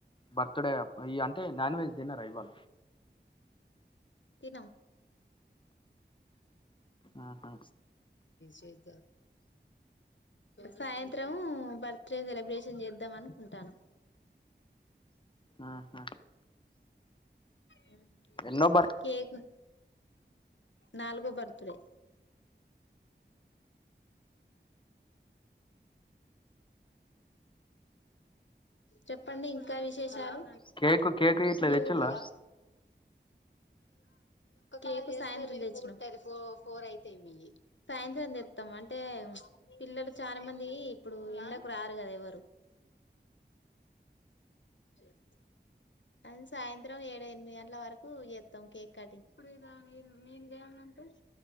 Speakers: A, on the left; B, on the left.
A: బర్త్ డే ఇగ అంటే నాన్ వెజ్ తినరా ఇవాళ
B: తినం
A: ఆహా
B: చే జ సాయంత్రం బర్త్ డే సెలబ్రేషన్ చేద్దాం అనుకుంటాన్నం
A: ఆహా
B: హ్మ్
A: ఎన్నో బర్త్
B: కేకు నాల్గో బర్త్ డే చెప్పండి ఇంకా విశేషాలు
A: కేక్ కేక్ ఇట్లా
B: మీ
A: తెచ్చిల్లా
B: ఊర్లో కేకు సాయంత్రం తెచ్చిన్నాం సాయంత్రం తెప్ ద్దాం అంటే పిల్లలు చాలా మంది ఇప్పుడు ఎండకు రారు కదా ఎవరు రేపు అ సాయంత్రం ఏడు ఎనిమిది గంటల వరకు చేత్తాం కేక్ కటింగ్ ఇప్పుడు <unintelligible>